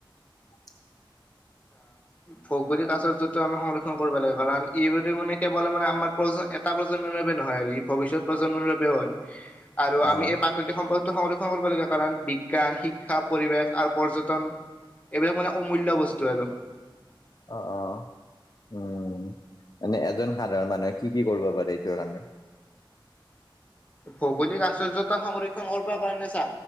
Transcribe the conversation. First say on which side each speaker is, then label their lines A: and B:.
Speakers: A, on the left; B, on the left.
A: <unintelligible>
B: ভৌগলিক আশৰ্যতটো আমি সংৰক্ষন কৰিব লাগে কাৰণ এইব মানে কেৱল মানে আমাৰ প্ৰ এটা প্ৰজন্মৰ বাবে নহয়, আৰু ই ভৱিষ্যত প্ৰজন্মৰ বাবে হয়, আৰু আমি
A: অ',
B: এই প্ৰাকৃতিক সম্পদ। সংৰক্ষণ কৰিবলগীয়া কাৰণ বিজ্ঞান শিক্ষা পৰিৱেশ আৰু পৰ্যটন এইবিলাক মানে অমূল্য বস্তু আৰু।
A: অ', অ', উম, মানে এজন সাধাৰণ মানুহে কি, কি কৰিব পাৰে এইটো কাৰণে
B: ভৌগলিক আশ্চৰ্যতা সংৰক্ষণ কৰিব কাৰণে চা